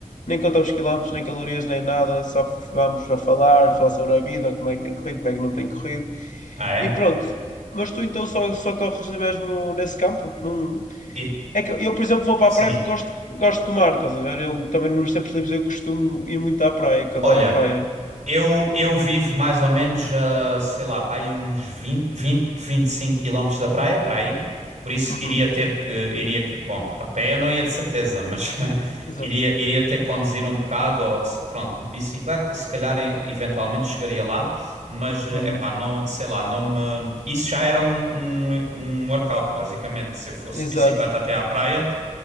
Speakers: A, on the left (about 80°); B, on the right (about 70°).
A: nem contamos quilómetros, nem calorias, nem nada, só vamos a falar, falar sobre a vida, como é que tem corrido, como é que não tem corrido.
B: Ah, é?
A: E pronto. Mas tu então só, só corres mesmo nesse campo? Não...
B: E,
A: É que eu, eu, por exemplo, vou para
B: sim.
A: a praia porque gosto, gosto de mar, estás a ver? Eu também nos tempos livres eu costumo ir muito à praia, que adoro
B: Olha.
A: a praia.
B: Eu, eu vivo mais ou menos, a, sei lá, para aí uns vinte vinte, vinte e cinco quilómetros da praia, para aí. Por isso
A: Uhum,
B: iria ter que, iria, que- bom, a pé eu não ia de certeza, mas <laughs>
A: exato.
B: iria, iria ter que conduzir um bocado, ou, se- pronto, de bicicleta, se calhar em- eventualmente chegaria lá, mas, é
A: Uhum,
B: pá, não, sei lá, não me... Isso já era um, um, um workout, basicamente, se eu fosse
A: exato.
B: de bicicleta até à praia,